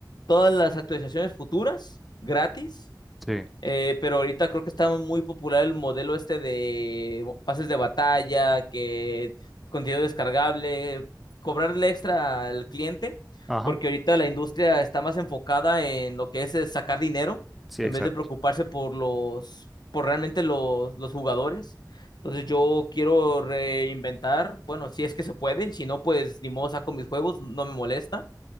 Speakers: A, on the left (about 65°); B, in the centre.
A: todas las actualizaciones futuras gratis
B: Sí.
A: eh, pero ahorita creo que está muy popular el modelo este de pases de batalla, que contenido descargable, cobrarle extra al cliente,
B: Ajá.
A: porque ahorita la industria está más enfocada en lo que es eh, sacar dinero,
B: Sí,
A: en
B: exacto.
A: vez de preocuparse por los, por realmente los, los jugadores. Entonces yo quiero reinventar, bueno, si es que se puede, y si no, pues ni modo saco mis juegos, no me molesta